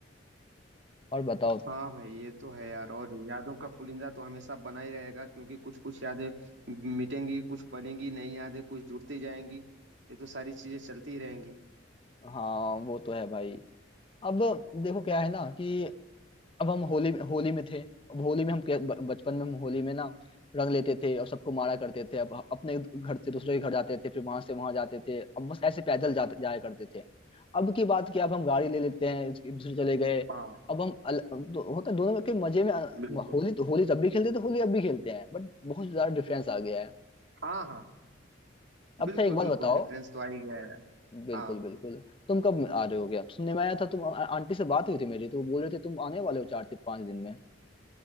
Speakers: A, on the left (about 30°); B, on the right (about 75°).
A: और बताओ
B: हाँ भाई ये तो है यार और यादों का पुलिंदा तो हमेशा बना ही रहेगा क्योंकि कुछ कुछ यादें मिटेंगी कुछ बनेंगी नई यादें कुछ जुड़ती जाएंगी ये तो सारी चीजें चलती ही रहेंगी
A: हाँ वो तो है भाई अब देखो क्या है ना कि अब हम होली होली में थे अब होली में हम क्या- ब- बचपन में हम होली में ना रंग लेते थे और सबको मारा करते थे अब अपने घर से दूसरे के घर जाते थे फिर वहां से वहां जाते थे अब बस ऐसे पैदल जाते जाया करते थे अब की बात क्या अब हम गाड़ी ले लेते हैं इसके- दूसरे चले गए
B: हाँ
A: अब हम अल, दो, होता है दोनों के मजे में अ,
B: बिल्कुल
A: होली तो होली तब भी खेलते थे होली अब भी खेलते हैं बट बहुत ज्यादा डिफरेंस आ गया है
B: हाँ हाँ
A: अब
B: बिल्कुल
A: अच्छा एक बात
B: बिल्कुल
A: बताओ
B: डिफरेंस तो आ ही गया है
A: बिल्कुल
B: हाँ
A: बिल्कुल तुम कब आ रहे हो क्या सुनने में आया था तुम आ- आंटी से बात हुई थी मेरी तो वो बोल रहे थे तुम आने वाले हो चार से पांच दिन में